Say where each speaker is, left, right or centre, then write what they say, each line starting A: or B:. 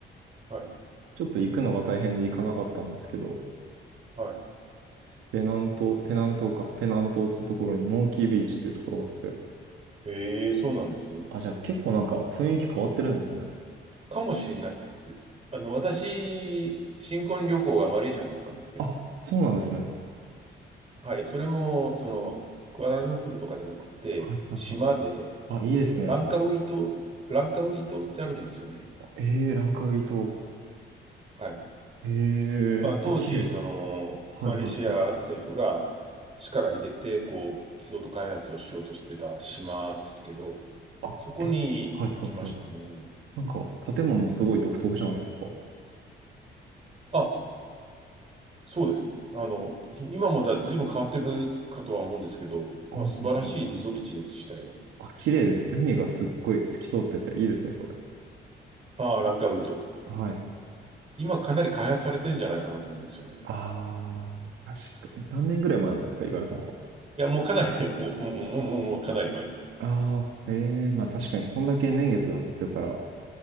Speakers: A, on the right; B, on the right.
A: はい。
B: ちょっと行くのが大変で行かなかったんですけど、
A: はい。
B: ペナント、ペナン島か、ペナントってところにモンキービーチっていうところがあって、
A: えー、そうなんですね。
B: あ、じゃあ結構なんか雰囲気変わってるんですね。
A: うんかもしれない。あの、私、新婚旅行がマレーシアだったんですけど、
B: あ、そうなんですね。
A: はい。それも、その、クアラルンプールとかじゃなくて、
B: はいはいはい。
A: 島で、
B: あ、いいですね。
A: ランカウイ島、ランカウイ島ってあるんですよね。
B: えー、ランカウイ島。
A: はい。
B: えー、
A: まあ、当時、
B: あ、綺麗。
A: その、
B: はいはいはい。
A: マレーシア政府が力入れて、こう、リゾート開発をしようとしてた島ですけど、
B: あ、
A: そこに行きましたね。
B: え、はいはいはい。なんか、建物すごい独特じゃないですか。は
A: あ、そうですね。あの、い今もだ、随分変わってるかとは思うんですけど、まあ、
B: いはいはい。
A: 素晴らしいリゾート地でしたよ。
B: あ、綺麗です。海がすっごい透き通ってていいですね、これ。
A: ああ、ランカウイ島。
B: はい。
A: 今かなり開発されてるんじゃないかなと思うんですよね。
B: ああ、確かに。何年ぐらい前なんですか、行かれたのは。
A: いや、もうかなり <laughs> もう、もう、もう、もう、もうかなり前です。
B: ああ、ええまあ確かに、そんだけ年月が経ってたら、